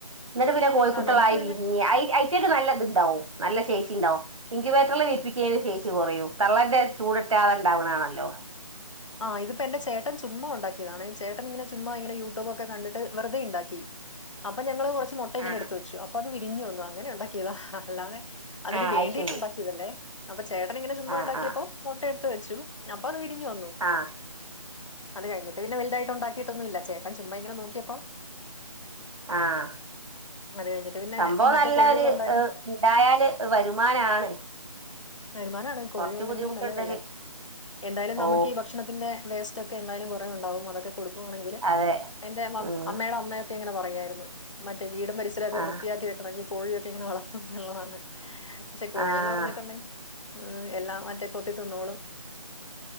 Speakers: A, on the right; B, on the left.
A: ഇന്നട്ട് പിന്നെ കോയിക്കുട്ടളായി
B: ആ നമുക്ക് പിന്നെ
A: വിരിഞ്ഞ് അയി അയ് റ്റക്ക് നല്ല ഇത്ണ്ടാവും നല്ല ശേഷി ഇണ്ടാവും. ഇങ്കുവേറ്ററിൽ വിരിപ്പിക്കുന്നതിന് ശേഷി കൊറയും തള്ളന്റെ ചൂട് ത റ്റാതെ ഇണ്ടാവ്ണ ആണല്ലോ.
B: ആ ഇതിപ്പോ എന്റെ ചേട്ടൻ ചുമ്മാ ഉണ്ടാക്കിയതാണ്. ചേട്ടൻ ഇങ്ങനെ ചുമ്മാ ഇങ്ങനെ യൂട്യൂബ് ഒക്കെ കണ്ടിട്ട് വെറുതെ ഇണ്ടാക്കി. അപ്പോ ഞങ്ങള് കുറച്ച് മുട്ട ഇങ്ങന
A: ആ
B: എടുത്ത് വെച്ചു. അപ്പൊ അത് വിരിഞ്ഞു വന്നു അങ്ങനെ ഉണ്ടാക്കിയതാ ഹ ഹ അല്ലാതെ അതിന്
A: ആ
B: വേണ്ടിയിട്ട്
A: അത് ശരി
B: ഉണ്ടാക്കിയതല്ലേ, അപ്പൊ ചേട്ടന് ഇങ്ങനെ ചുമ്മാ
A: ആ
B: ഉണ്ടാക്കിയപ്പോ
A: ആ
B: മുട്ട എടുത്ത് വെച്ചു. അപ്പൊ അത് വിരിഞ്ഞു വന്നു.
A: ആഹ്.
B: അത് കഴിഞ്ഞിട്ട് പിന്നെ വലുതായിട്ട് ഉണ്ടാക്കിയിട്ടൊന്നു ഇല്ല. ചേട്ടൻ ചുമ്മ ഇങ്ങനെ നോക്കിയപ്പ
A: ആഹ്
B: അത് കഴ്ഞ്ഞിട്ട് പിന്നെ
A: സംഭവം
B: മറ്റേ
A: നല്ല
B: കോഴികളുണ്ടായിരുന്നു
A: ഒരു ണ്ടായാല് വരുമാനാണ്
B: വരുമാനാണ് കോഴി
A: കൊറച്ച്
B: ഉണ്ടെങ്കി
A: ബുദ്ധിമുട്ടുണ്ടെങ്കിൽ
B: നല്ലതല്ലേ എന്തായാലും നമുക്ക്
A: ഓ
B: ഈ ഭക്ഷണത്തിന്റെ വേസ്റ്റ് ഒക്കെ എന്തായാലും കുറേ ഉണ്ടാവും അതൊക്കെ കൊടുക്കുവാണെങ്കില്
A: അതെ
B: എന്റെ അം
A: ഉം
B: അമ്മയുടെ അമ്മയെക് ഇങ്ങനെ പറയാര്ന്നു മറ്റേ വീടും പരിസരൊക്കെ
A: ആ
B: വൃത്തിയാക്കി വെക്കണമെങ്കിൽ കോഴിയൊക്കെ ഇങ്ങനെ വളർത്തും ന്ന്ള്ളതാണ് പക്ഷെ കോഴീന്ന്
A: ആഹ്
B: പറഞ്ഞിട്ടുണ്ടെങ്കി ഏ എല്ലാം മറ്റേ കൊത്തി തിന്നോളും